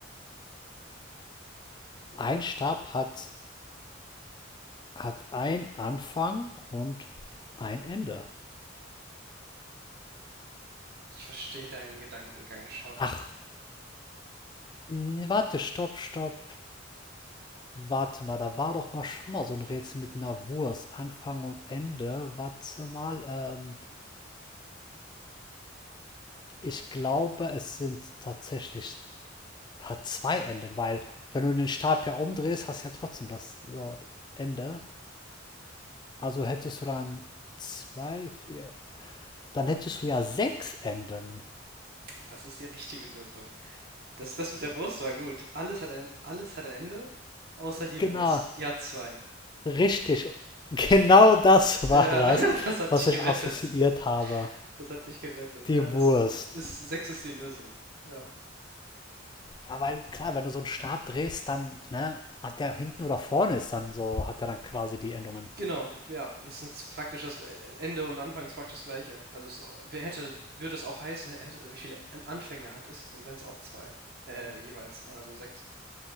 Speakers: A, on the left (about 25°); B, on the right (about 55°).
A: Ein Stab hat, hat ein Anfang und ein Ende.
B: Ich verstehe deinen Gedankengang schon.
A: Ach, nee, warte, stopp, stopp. Warte mal, da war doch mal schon mal so ein Rätsel mit einer Wurst, Anfang und Ende. Warte mal, ähm, ich glaube, es sind tatsächlich hat 2 Enden, weil wenn du den Stab ja umdrehst, hast du ja trotzdem das so Ende. Also hättest du dann 2 4, dann hättest du ja sechs Enden.
B: Das ist die richtige Lösung. Das, das mit der Wurst war gut. Alles hat ein, alles hat ein Ende, außer die
A: Genau,
B: Wurst. Die hat zwei.
A: richtig. Genau das war
B: Ja,
A: das,
B: <laughs> das hat
A: was
B: dich gerettet.
A: ich assoziiert habe.
B: Das hat dich gerettet.
A: Die
B: Ja, das
A: Wurst.
B: ist, sechs ist die Lösung. Ja.
A: Ja, weil klar, wenn du so einen Stab drehst, dann, ne, hat der hinten oder vorne ist dann so, hat er dann quasi die Endungen.
B: Genau, ja, das sind praktisch das Gle- Ende und Anfang ist praktisch das Gleiche. Also es, wer hätte, würde es auch heißen, hätte, wie viele An- Anfänger hat es, dann wären es auch zwei. Äh, jeweils, ne? Also sechs.